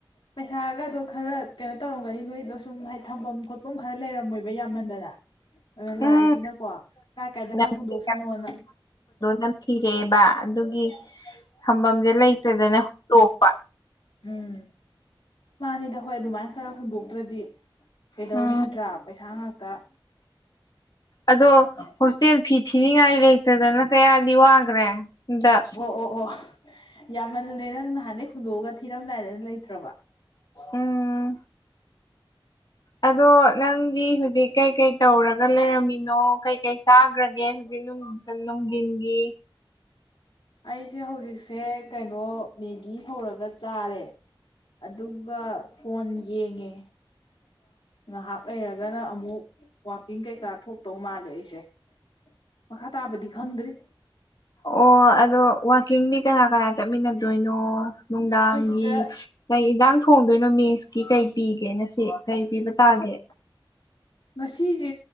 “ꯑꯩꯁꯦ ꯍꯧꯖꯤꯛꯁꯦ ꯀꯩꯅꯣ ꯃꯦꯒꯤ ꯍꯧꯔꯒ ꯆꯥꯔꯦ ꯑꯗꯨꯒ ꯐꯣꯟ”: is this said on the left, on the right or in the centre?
Left